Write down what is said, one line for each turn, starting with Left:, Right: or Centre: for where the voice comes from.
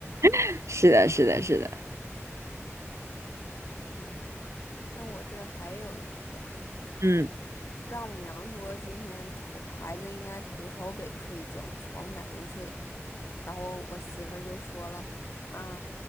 Right: <laughs> 是的，是的，是的。
Left: 嗯，那我这儿还有一个，
Right: 嗯，
Left: 丈母娘说今天头孩子应该头朝北睡，脚朝南睡，然后我媳妇儿就说了，啊，